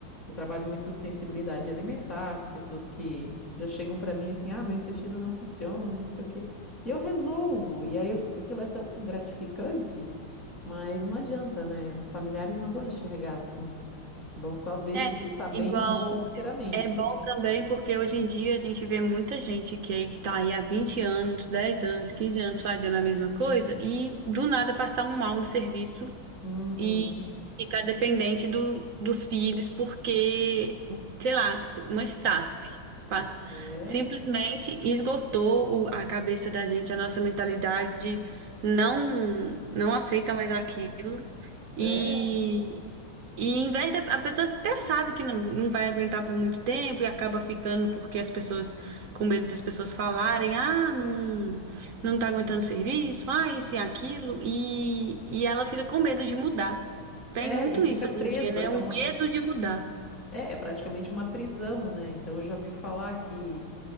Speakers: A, on the left (about 35°); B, on the right (about 80°).
A: Eu trabalho muito com sensibilidade alimentar, com pessoas que já chegam para mim assim, ah, meu intestino não funciona, não sei o quê. E eu resolvo. E aí eu- aquilo é tão gratificante, mas não adianta, né? Os familiares não vão enxergar assim. Vão só ver
B: É
A: se você está bem
B: igual
A: ou não financeiramente.
B: é bom também porque hoje em dia a gente vê muita gente que aí tá aí há 20 anos, 10 anos, 15 anos fazendo a mesma coisa e do nada passar um mal no serviço
A: Uhum.
B: e ficar dependente do, dos filhos, porque, sei lá, uma staff, pá.
A: É,
B: Simplesmente esgotou o- a cabeça da gente, a nossa mentalidade não não aceita mais aquilo.
A: é,
B: e e em vez da, a pessoa até sabe que não, não vai aguentar por muito tempo e acaba ficando porque as pessoas, com medo das pessoas falarem, ah, não, não tá aguentando o serviço, ah, isso e aquilo, e, e ela fica com medo de mudar. Tem
A: é,
B: muito
A: e fica
B: isso hoje
A: presa.
B: em dia, né?
A: É
B: Um
A: uma,
B: medo de mudar.
A: é, é praticamente uma prisão, né? Então eu já ouvi falar que